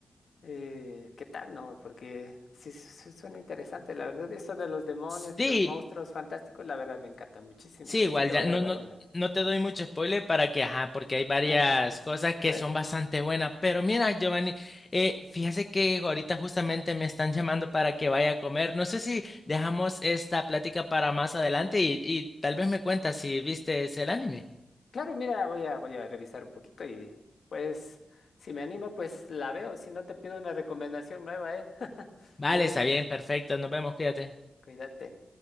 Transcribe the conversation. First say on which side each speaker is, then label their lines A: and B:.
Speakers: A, on the left (about 75°); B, on the left (about 40°).
A: eh, qué tal, ¿no? Porque sí, su- suena interesante, la verdad. Eso de los demonios
B: Sí,
A: y los monstruos fantásticos, la verdad me encanta muchísimo.
B: Sí,
A: A ver
B: igual
A: si le
B: ya
A: voy
B: no,
A: a dar
B: no,
A: una.
B: no te doy mucho spoiler para que, ajá, porque hay varias
A: <laughs>
B: cosas
A: Claro,
B: que son bastante buenas. Pero mira, Giovanni, eh, fíjese que ahorita justamente me están llamando para que vaya a comer. No sé si dejamos esta plática para más adelante y, y tal vez me cuentas si viste el anime.
A: claro, mira, voy a, voy a revisar un poquito y pues si me animo, pues la veo. Si no, te pido una recomendación nueva, ¿eh? <laughs>
B: Vale,
A: Nos vemos.
B: está bien, perfecto. Nos vemos, cuídate.
A: Cuídate.